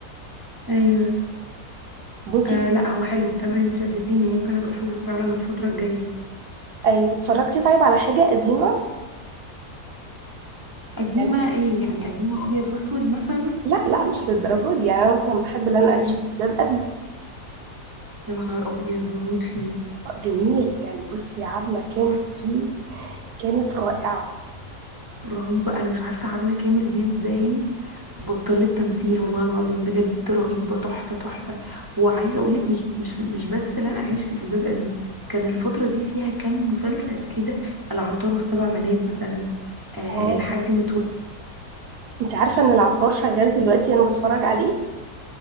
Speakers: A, on the right; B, on the right.
A: أيوة
B: بصي
A: آه لا هو حلو تمام انت شدتيني ممكن أبقى أشوفه فعلا الفترة الجاية
B: ايوه اتفرجتي طيب على حاجه قديمه
A: قديمة
B: يعني
A: إيه يعني قديمة أبيض وأسود مثلا
B: لا لا مش للدرجه دي يعني انا مثلا بحب اللي انا اعيش
A: مم،
B: في جلباب ابي
A: يا نهار أبيض بموت فيه
B: آه، جميل يعني بصي عبله كان
A: تحفة.
B: فيه كانت رائعه
A: رهيبة أنا مش عارفة عبلة كامل دي إزاي بطلت تمثيل والله العظيم بجد رهيبة تحفة تحفة وعايزة أقولك مش مش مش بس لن أعيش في جلباب أبي كان الفترة دي فيها كام مسلسل كده العطار والسبع بنات مثلا آه
B: اه
A: الحاج متولي
B: انت عارفه ان العطار شغال دلوقتي انا بتفرج عليه